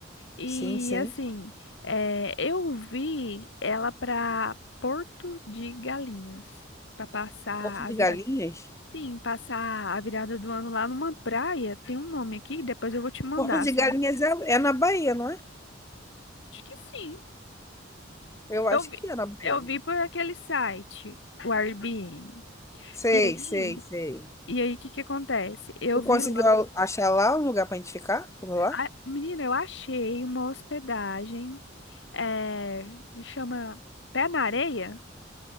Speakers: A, on the left; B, on the left.
A: E
B: Sim, sim.
A: assim, é, eu vi ela para Porto de Galinhas, para passar
B: Porto de
A: a virada,
B: Galinhas?
A: sim, passar a virada do ano lá numa praia. Tem um nome aqui, depois eu vou te mandar,
B: Porto de
A: certo?
B: Galinhas é, é na Bahia, não é?
A: Acho que sim.
B: Eu acho
A: Eu vi,
B: que é na Bahia.
A: eu vi por aquele site, o Airbnb.
B: Sei,
A: E aí,
B: sei, sei.
A: e aí, o que que acontece? Eu
B: Tu
A: vi
B: conseguiu achar lá um lugar pra gente ficar? Por lá?
A: Ah, menina, eu achei uma hospedagem, eh, que chama Pé na Areia,